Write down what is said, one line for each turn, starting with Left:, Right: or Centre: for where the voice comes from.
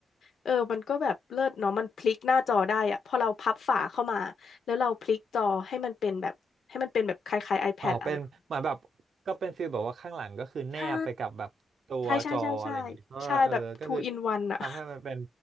Left: เออมันก็แบบเลิศเนาะมันพลิกหน้าจอได้อะพอเราพับฝาเข้ามาแล้วเราพลิกจอให้มันเป็นแบบให้มันเป็นแบบคล้ายๆ iPad
Right: อ๋อเป็นเหมือนแบบก็เป็นฟีลแบบว่าข้างหลังก็คือแนบไปกับแบบตัวจออะไรอย่างงี้เพราะว่าเออก็คือ
Left: อะไรแบบใช่ใช่ใช่ใช่ใช่ใช่แบบ two in one อะ
Right: ทำให้มันเป็น